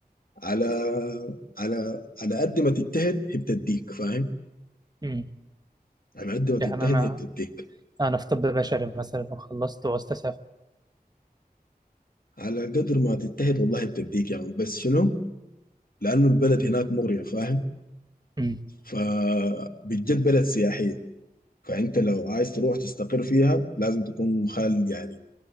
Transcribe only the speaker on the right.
أمم.
يعني انا
انا في طب بشري مثلا وخلصت وعاوز اسافر
أمم.
أمم.